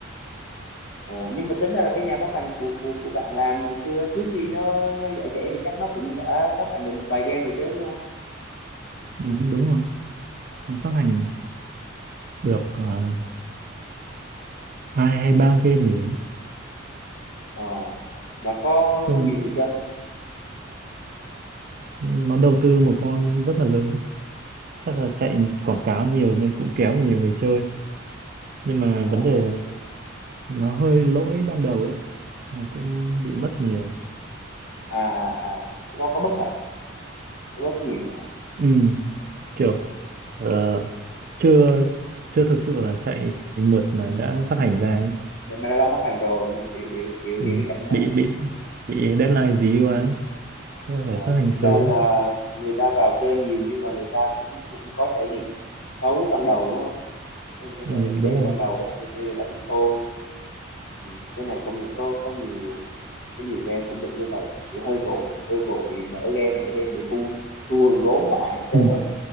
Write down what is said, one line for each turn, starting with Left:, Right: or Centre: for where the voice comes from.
Left: Ồ, nhưng mà tính ra là cái nhà phát hành của của của bạn làm ngày xưa trước khi nó, nó giải thể thì chắc nó cũng đã phát hành được một vài game rồi chứ đúng không?
Right: Ừ, đúng rồi. Nó phát hành được ờ, hai hay ba game gì đấy.
Left: Ờ. Và có
Right: Nhưng
Left: có
Right: mà
Left: nhiều người chơi không?
Right: nó đầu tư một con rất là lớn. Chắc là chạy quảng cáo nhiều nên cũng kéo được nhiều người chơi. Nhưng mà
Left: Ờ.
Right: vấn đề là nó hơi lỗi ban đầu ấy. là Cũng bị mất nhiều.
Left: À à à. có có bất hả? Có bất nhiều hả?
Right: Ừ, kiểu Ờ, chưa chưa thực sự là chạy mượt mà đã phát hành ra ấy.
Left: Để mà đã lo phát hành rồi đúng rồi. Hiểu hiểu hiểu
Right: Ừ,
Left: hiểu cái cảnh này.
Right: bị bị bị deadline dí quá Thế là phải
Left: Ờ.
Right: phát hành
Left: Thành ra
Right: sớm
Left: là người ta vào chơi nhiều nhưng mà người ta cũng cũng có trải nghiệm xấu ban đầu đúng không? Có những cái
Right: ừ,
Left: trải nghiệm
Right: đúng
Left: tệ
Right: rồi
Left: ban đầu á, người ta người ta cũng thôi. Ừ, cái này công nhận có có nhiều có nhiều game cũng bị như vậy rồi Kiểu hơi vội hơi vội mở game để để thu thu hồi vốn lại <laughs> sớm
Right: ừ.